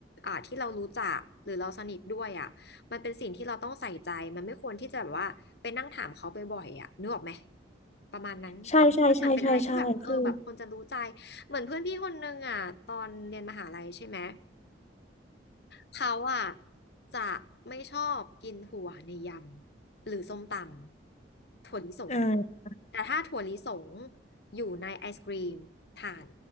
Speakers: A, on the left (about 60°); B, on the left (about 35°).
A: อ่าที่เรารู้จักหรือเราสนิทด้วยอะมันเป็นสิ่งที่เราต้องใส่ใจมันไม่ควรที่จะแบบว่าไปนั่งถามเขาไปบ่อยๆอะนึกออกไหมประมาณนั้น
B: ใช่ใช่ใช่ใช่ใช่คือ
A: มันเหมือนเป็นอะไรที่แบบเออแบบคนจะรู้ใจเหมือนเพื่อนพี่คนนึงอะตอนเรียนมหาลัยใช่ไหม เขาอ่ะจะไม่ชอบกินถั่วในยำหรือส้มตำถั่วลิสง
B: อ่า
A: แต่ถ้าถั่วลิสงอยู่ในไอศกรีมทาน